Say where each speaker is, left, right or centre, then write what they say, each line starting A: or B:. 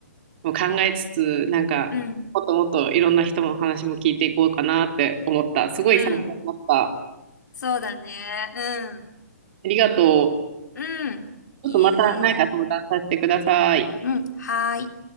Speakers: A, on the right; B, on the left.
A: もう考えつつ、なんかもっともっといろんな人の話も聞いていこうかなって思った。
B: うん、
A: すごい参考になった。
B: うん。そうだね。うん。
A: ありがとう。
B: うん。
A: ちょっとまた何か相談させてください。
B: いえいえ。うん。はーい。